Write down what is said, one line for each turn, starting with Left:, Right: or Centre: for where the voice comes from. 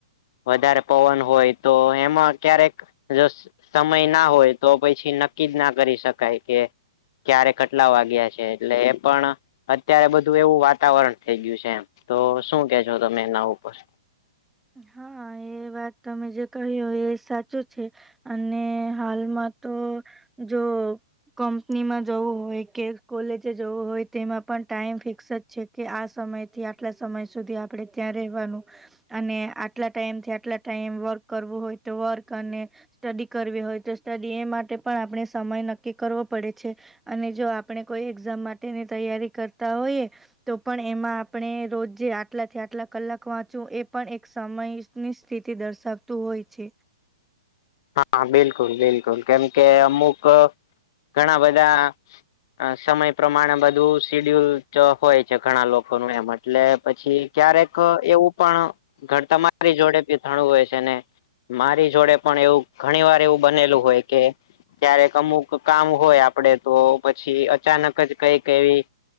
Left: વધારે પવન હોય તો એમાં ક્યારેક જો સમય ના હોય તો પછી નક્કી જ ના કરી શકાય કે ક્યારે ખટલા વાગયા છે એટલે એ પણ અત્યારે બધું એવું વાતાવરણ થઈ ગયું છે એમ તો શું કેજો તમે એના ઉપર?
Centre: હા એ વાત તમે જે કહ્યું એ સાચું છે. અને હાલમાં તો જો કંપનીમાં જવું હોય કે કોલેજે જવું હોય તેમાં પણ ટાઈમ ફિક્સ જ છે કે આ સમય થી આટલા સમય સુધી આપડે ત્યાં રવાનું અને આટલા ટાઈમથી આટલા ટાઈમ વર્ક કરવું હોય તો વર્ક અને સ્ટડી કરવી હોય તો સ્ટડી એ માટે પણ આપણે સમય નક્કી કરવો પડે છે અને જો આપણે કોઈ એક્ઝામ માટેની તૈયારી કરતા હોઈએ તો પણ એમાં આપણે રોજ જે આટલા થી આટલા કલાક વાંચવું એ પણ એક સમયની સ્થિતિ દર્શાવતું હોય છે
Left: હા બિલકુલ બિલકુલ કેમ કે અમુક ઘણા બધા અ સમય પ્રમાણે બધું સિડ્યુલ હોય છે ઘણા લોકોનું એ માટે એટલે પછી ક્યારેક એવું પણ ઘર તમારી જોડેી થણું હોય છે છેને મારી જોડે પણ એવું ઘણી વાર એવું બનેલું હોય કે ક્યારેક અમુક કામ હોય આપડે તો પછી અચાનક જ કઈક એવી